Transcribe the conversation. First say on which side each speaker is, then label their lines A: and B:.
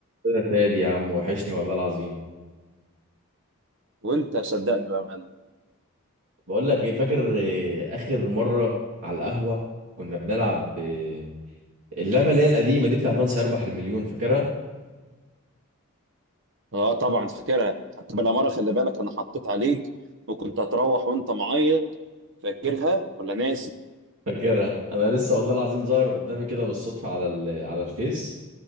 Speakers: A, on the right; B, on the right.
A: يا فادي يا عم وحشني والله العظيم
B: وانت صدقني بامانه
A: بقول لك ايه فاكر إيه اخر مره على القهوه كنا بنلعب إيه اللعبه اللي هي القديمه دي بتاعت من سيربح المليون فاكرها
B: اه طبعا فاكرها حتى بالاماره خلي بالك انا حطيت عليك وكنت هتروح وانت معيط فاكرها ولا ناسي
A: فاكرها انا لسه والله العظيم ظاهر قدامي كده بالصدفه على ال- على الفيس